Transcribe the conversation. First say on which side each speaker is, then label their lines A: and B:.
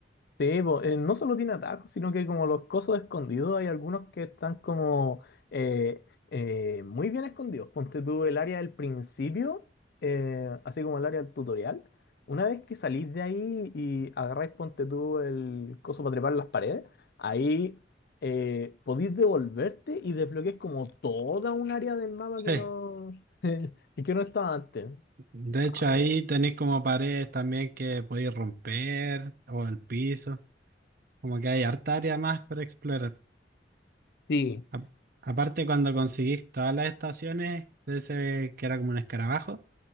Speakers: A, on the left; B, on the right.
A: Sí, po, eh, no solo tiene atajos, sino que como los cosos escondidos, hay algunos que están como eh, eh, muy bien escondidos. Ponte tú el área del principio, eh, así como el área del tutorial. Una vez que salís de ahí y agarráis, ponte tú el coso para trepar las paredes, ahí eh, podéis devolverte y desbloqueáis como toda un área del mapa
B: Sí,
A: que no, <laughs> que no estaba antes.
B: de
A: Ah,
B: hecho
A: pero
B: ahí tenéis como paredes también que podéis romper o el piso, como que hay harta área más para explorar.
A: Sí,
B: A- aparte cuando conseguís todas las estaciones de ese que era como un escarabajo,